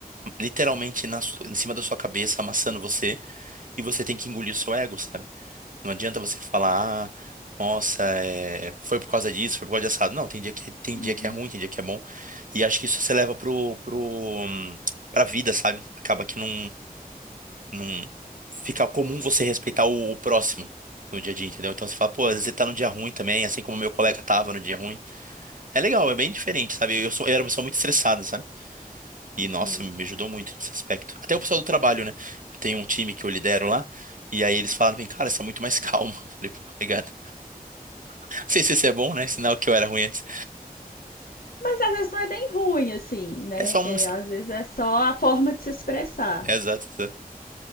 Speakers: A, on the right (about 60°); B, on the left (about 70°).
A: literalmente na su- em cima da sua cabeça, amassando você. e você tem que engolir o seu ego, sabe? Não adianta você falar, ah, nossa, é, foi por causa disso, foi por causa disso. Não, tem dia que, tem
B: uhum,
A: dia que é ruim, tem dia que é bom. E acho que isso você leva pro, pro, hum, pra vida, sabe? Acaba que não, não fica comum você respeitar o, o próximo no dia a dia, entendeu? Então você fala, pô, às vezes você tá num dia ruim também, assim como meu colega tava no dia ruim. É legal, é bem diferente, sabe? Eu sou, eu era uma pessoa muito estressada, sabe? E,
B: uhum.
A: nossa, me ajudou muito nesse aspecto. Até o pessoal do trabalho, né? Eu tenho um time que eu lidero lá, e aí eles falaram pra mim, cara, você é muito mais calmo. <laughs> Eu falei, pô, obrigado. Não sei se isso é bom, né? Sinal que eu era ruim antes.
B: Mas às vezes não é nem ruim, assim, né?
A: É só um.
B: É, às vezes é só a forma de se expressar.
A: É, exato, exato.